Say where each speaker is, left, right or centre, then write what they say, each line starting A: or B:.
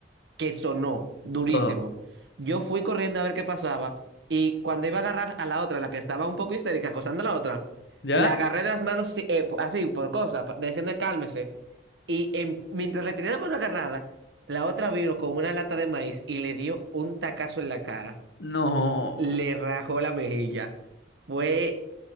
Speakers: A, on the right; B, on the left.
A: que sonó durísimo.
B: todo.
A: Yo fui corriendo a ver qué pasaba y cuando iba a agarrar a la otra, la que estaba un poco histérica, acosando a la otra,
B: ¿Ya?
A: la agarré de las manos sí, eh, así, por cosas, pa- diciendo cálmese. Y en- mientras le tenía la mano agarrada, la otra vino con una lata de maíz y le dio un tacazo en la cara.
B: No.
A: Le rajó la mejilla. Fue